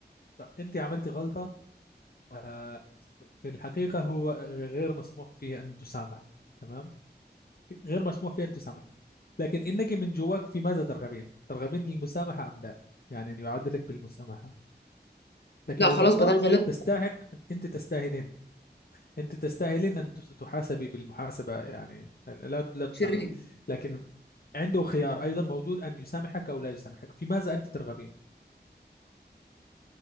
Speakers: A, on the left; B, on the left.
A: انت عملتي غلطه آه، في الحقيقه هو غير مسموح فيه ان تسامح تمام غير مسموح فيه ان تسامح لكن انك من جواك في ماذا ترغبين ترغبين المسامحه ام لا يعني ان يعاد لك بالمسامحه لكن
B: لا خلاص
A: الغلطه
B: بدل غلط
A: تستحق انت تستاهلين انت تستاهلين ان تس- تحاسبي بالمحاسبه يعني لا لا تسامح
B: شرير
A: لكن عنده خيار أيضا موجود أن يسامحك أو لا يسامحك في ماذا أنت ترغبين؟